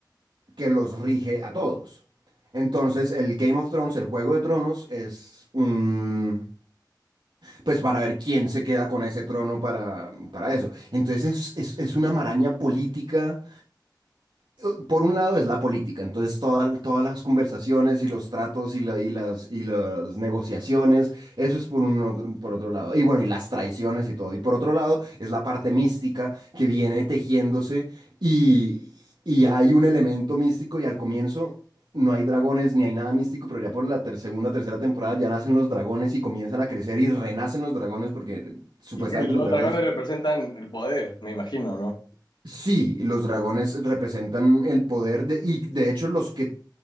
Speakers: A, on the right; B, on the left.
A: que los rige a todos. Entonces, el Game of Thrones, el Juego de Tronos, es un... Pues para ver quién se queda con ese trono para, para eso. Entonces, es, es- es una maraña política eso, por un lado, es la política. Entonces, toda- todas las conversaciones y los tratos y, la- y las, y las negociaciones, eso es por, un otro, por otro lado. Y bueno, y las traiciones y todo. Y por otro lado, es la parte mística que viene tejiéndose y, y hay un elemento místico y al comienzo... No hay dragones ni hay nada místico, pero ya por la ter- segunda, tercera temporada ya nacen los dragones y comienzan a crecer y renacen los dragones porque supuestamente
B: Y que los
A: los dragones
B: dragones representan el poder, me imagino, ¿no?
A: Sí, los dragones representan el poder de, y de hecho los que